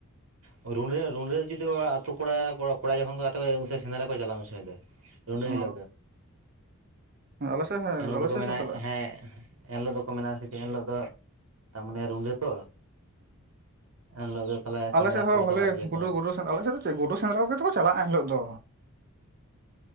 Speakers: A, on the right (about 65°); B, on the right (about 45°).
A: ᱨᱩᱸᱰᱟᱹ ᱨᱩᱸᱰᱟᱹ ᱡᱩᱫᱤ ᱟᱛᱳ ᱠᱚᱲᱟ ᱠᱚ ᱠᱚᱲᱟ ᱡᱚᱠᱷᱚᱱ ᱠᱚ ᱟᱛᱮ ᱠᱚᱭᱟ ᱩᱱᱥᱟᱹ ᱥᱮᱸᱨᱟ ᱠᱚ ᱪᱟᱟᱜᱼᱟ ᱩᱱ ᱥᱚᱢᱚᱭ ᱫᱚ᱾ ᱨᱩᱸᱰᱟᱹ ᱦᱤᱞᱳᱜ
B: ᱚ
A: ᱫᱚ᱾
B: ᱦᱮᱸ ᱟᱞᱮ ᱥᱮᱫ ᱦᱮᱸ
A: ᱮᱱᱦᱤᱞᱳ
B: ᱟᱞᱮ
A: ᱫᱚᱠᱚ
B: ᱥᱮᱫ
A: ᱢᱮᱱᱟ
B: ᱠᱚ ᱪᱟᱞᱟᱜᱼᱟ
A: ᱦᱮᱸ ᱮᱱ ᱦᱤᱞᱳᱜ ᱫᱚᱠᱚ ᱢᱮᱱᱟᱜ ᱥᱮ ᱪᱮᱫ ᱮᱱ ᱦᱤᱞᱳᱜ ᱫᱚ ᱛᱟᱨᱢᱟᱱᱮ ᱨᱩᱰᱟᱹ ᱛᱚ, ᱮᱱᱦᱤᱞᱳᱜ ᱫᱚ ᱛᱟᱦᱚᱞᱮ ᱥᱮᱸᱫᱽᱨᱟ
B: ᱛᱮᱜ
A: ᱠᱚ
B: ᱦᱚᱸ
A: ᱪᱟᱞᱟᱜ
B: ᱵᱷᱟᱞᱮ
A: ᱜᱮᱭᱟ
B: ᱜᱩᱰᱩ
A: ᱠᱚ
B: ᱜᱩᱰᱩ ᱥᱮ ᱟᱞᱮ ᱥᱮᱫ ᱫᱚ ᱪᱮᱜ ᱜᱩᱰᱩ ᱥᱮᱸᱫᱽᱨᱟ ᱠᱚᱜᱮ ᱛᱚᱠᱚ ᱪᱟᱞᱟᱜ-ᱟ ᱮᱱᱤᱞᱳᱜ ᱫᱚ᱾